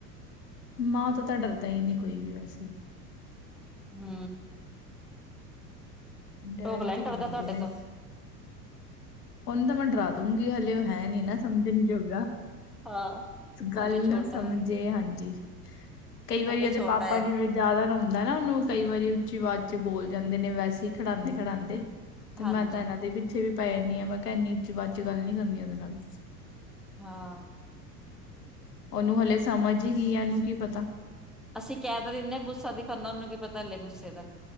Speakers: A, on the left; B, in the centre.
A: ਮਾਂ ਤੋਂ ਤਾਂ ਡਰਦਾ ਹੀ ਨਹੀਂ ਕੋਈ ਵੀ ਵੈਸੇ
B: ਹੁ
A: ਡੈਡੀ
B: ਢੋਕਲਾ
A: ਤੇ
B: ਨੀ ਡਰਦਾ
A: ਡਰਦੇ
B: ਤੁਹਾਡੇ
A: ਨੇ
B: ਤੋਂ
A: ਉਹਨੂੰ ਤਾਂ ਮੈਂ ਡਰਾ ਦੂਗੀ ਹਲੇ ਉਹ ਹੈ ਨੀ ਨਾ ਸਮਝਣ ਜੋਗ
B: ਹਾਂ
A: ਗੱਲ
B: ਹਲੇ ਛੋਟਾ
A: ਨੂੰ ਸਮਝੇ ਹਾਂਜੀ ਕਈ ਵਾਰੀ
B: ਹਲੇ
A: ਉਹਦੇ
B: ਛੋਟਾ
A: ਪਾਪਾ
B: ਆ
A: ਜਿਵੇਂ ਜ਼ਿਆਦਾ ਰੋਂਦੇ ਹੁੰਦਾ ਦਾ ਨਾ ਉਹਨੂੰ ਕਈ ਵਾਰੀ ਉੱਚੀ ਆਵਾਜ਼ ਚ ਬੋਲ ਜਾਂਦੇ ਨੇ ਵੈਸੇ ਖੜਾਂਦੇ ਖੜਾਂਂਦੇ ਤੇ
B: ਹਾਂਜੀ
A: ਮੈਂ ਤਾਂ ਇਹਨਾਂ ਦੇ ਪਿੱਛੇ ਵੀ ਪੈ ਜਾਂਦੀ ਹਾਂ ਮੈਂ ਕਿਹਾ ਇੰਨੀ ਉੱਚੀ ਆਵਾਜ਼ ਵਿੱਚ ਗੱਲ ਨੀ ਕਰਨੀ ਉਹਦੇ ਨਾਲ
B: ਹਾਂਅ
A: ਉਹਨੂੰ ਹਲੇ ਸਮਝ ਹੀ ਕੀਆ ਇਨੂੰ ਕੀ ਪਤਾ।
B: ਅਸੀਂ ਕਹਿ ਤਾਂ ਦਿਨੇਆ ਗੁੱਸਾ ਦਿਖਾਉਦਾ ਉਹਨੂੰ ਕੀ ਪਤਾ ਗੁੱਸੇ ਦਾ